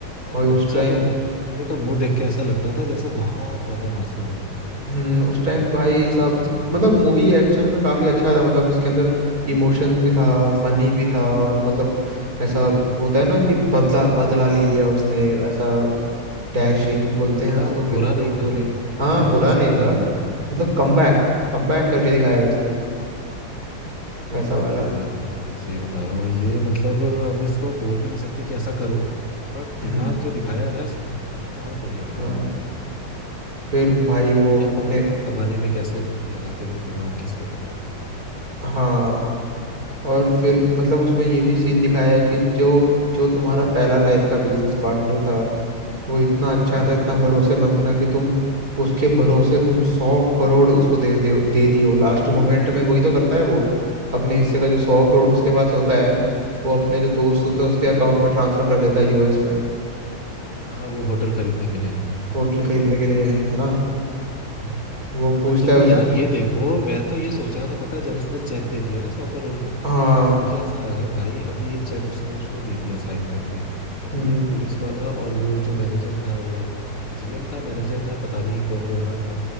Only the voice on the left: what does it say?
यार
बच्चा
का मुंह बच्चे का मुंह देख के ऐसा लगता था जैसे बहुत ज्यादा मासूम है
को
तो
भाई
कुछ नहीं
बोलना चाहिए
हम्म
बट बदला
बुरा
नहीं
था
बुरा
किसी
का नहीं
हुआ उसमें
भाई
बहुत
जोरदार पिक्चर है सही बता रहा हूँ ये मतलब हम इसको बोल भी नहीं सकते कि ऐसा करो बट
दिमाग जो दिखाया है ना इसमें बहुत बढ़िया दिखाया
है
अब क्या
पता उस जमाने में कैसे लगाते थे दिमाग किसको पता
हाँ
हाँ वो होटल खरीदने के लिए
हम्म।
बट तुम
यार ये देखो मैं तो ये सोच रहा था पता है जब उसने चेक दे दिया ना सौ करोड़ का
तो मुझे ऐसा लगा भाई अभी ये चेक उसने उसको दे दिया साइन करके अब
ये पुलिस वाला और वो जो मैनेजर था वो जीएम था मैनेजर था पता नहीं कौन ओनर था